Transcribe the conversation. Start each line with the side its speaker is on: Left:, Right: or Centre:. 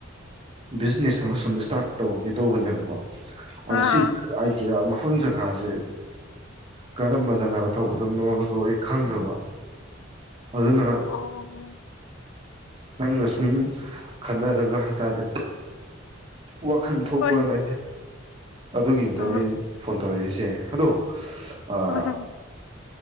Right: ꯕꯤꯖꯤꯅꯦꯁ ꯑꯃ ꯁꯨꯝ ꯏꯁꯇꯥꯔꯠ ꯇꯧꯒꯦ ꯇꯧꯕꯅꯦꯕꯀꯣ ꯑ
Left: ꯑꯥ
Right: ꯁꯤ ꯃꯐꯝꯐꯝ ꯆꯒ ꯁꯦ ꯀꯔꯝꯕ ꯖꯒꯥꯗ ꯊꯧꯒꯗꯕꯅꯣꯁꯨ ꯑꯩ ꯈꯪꯗ꯭ꯔꯕ ꯑꯗꯨꯅ
Left: ꯑꯣ
Right: ꯅꯪꯒ ꯁꯨꯝ ꯈꯟꯅꯔꯒ ꯍꯥꯏꯇꯥꯔꯦ ꯋꯥꯈꯜ ꯊꯣꯛꯄ꯭ꯔꯥꯅ
Left: ꯍꯣꯏ
Right: ꯑꯗꯨꯒꯤꯅꯤꯗ
Left: ꯑꯥ
Right: ꯑꯩꯅ ꯐꯣꯟ ꯇꯧꯔꯛꯏꯁꯦ ꯑꯦ ꯍꯜꯂꯣ ꯑꯥ
Left: ꯎꯝ